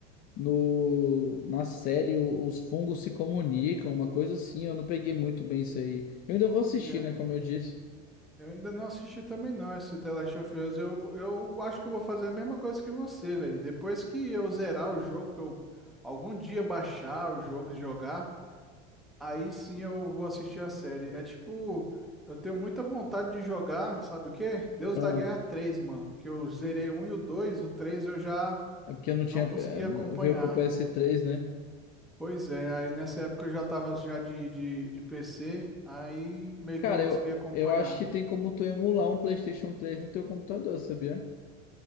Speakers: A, on the left (about 40°); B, in the centre.
A: no, na série o- os fungos se comunicam, uma coisa assim. Eu não peguei muito bem isso aí. Eu ainda vou assistir,
B: é,
A: né? Como eu disse.
B: eu ainda não assisti também não esse The Last of Us. Eu, eu acho que eu vou fazer a mesma coisa que você, velho. Depois que eu zerar o jogo, que eu algum dia baixar o jogo e jogar, aí sim eu vou assistir a série. É tipo, eu tenho muita vontade de jogar, sabe o quê? Deus
A: Ah,
B: da Guerra 3, mano. Porque eu zerei o 1 e o 2, o 3 eu já
A: é porque eu não tinha.
B: não consegui
A: eh,
B: acompanhar.
A: não- Veio pro ps três, né?
B: Pois é, aí nessa época eu já tava já de, de, de PC, aí meio
A: Cara,
B: que eu não
A: eu,
B: conseguia acompanhar.
A: eu acho que tem como tu emular um PlayStation três no teu computador, sabia?